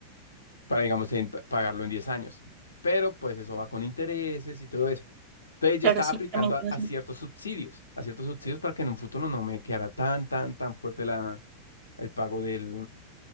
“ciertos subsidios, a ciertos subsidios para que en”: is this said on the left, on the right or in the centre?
Left